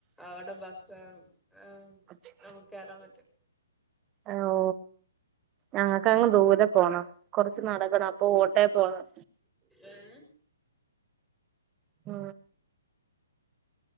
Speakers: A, in the centre; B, on the right.
A: അവടെ ബസ്- ആഹ്
B: <inaudible>
A: നമുക്കേറാ പറ്റും
B: ഹലോ ഞങ്ങക്കങ്ങ് ദൂരെ പോണം കൊറച്ച് നടക്കണം അപ്പൊ ഓട്ടെ പോണം
A: ഏഹ്
B: <unintelligible>